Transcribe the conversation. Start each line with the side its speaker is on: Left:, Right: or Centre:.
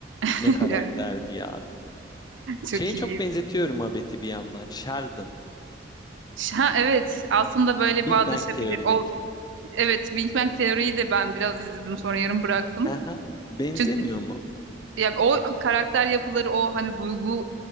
Right: <laughs>
Left: Ne karakterdi
Right: Gerçekten
Left: ya.
Right: çok
Left: Şeye
Right: iyi.
Left: çok benzetiyorum Abet'i bir yandan. Sheldon.
Right: Ha, evet aslında böyle
Left: Big
Right: bağdaşabilir.
Left: Bang Teori'deki.
Right: O evet Big Bang Teori'yi de ben biraz izledim sonra yarım bıraktım.
Left: Aha. Benzemiyor
Right: Çünkü
Left: mu?
Right: ya o karakter yapıları o hani duygu